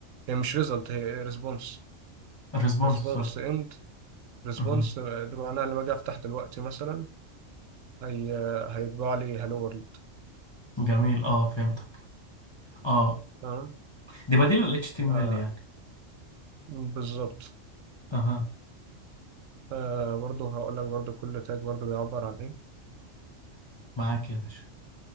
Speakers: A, on the right; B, on the left.
A: هي مش ريزلت هي ريسبونس
B: الريسبونس
A: ريسبونس
B: سوري
A: اند ريسبونس
B: مهم.
A: بمعناها لما اجي افتح دلوقتي مثلا هي آه، هيطبع لي هالو وورلد
B: جميل اه فهمتك اه
A: تمام
B: دي بديل ال HTML
A: آه
B: يعني
A: بالظبط
B: اها
A: آه برضه هقول لك برضه كل تاج برضه بيعبر عن ايه
B: معاك يا باشا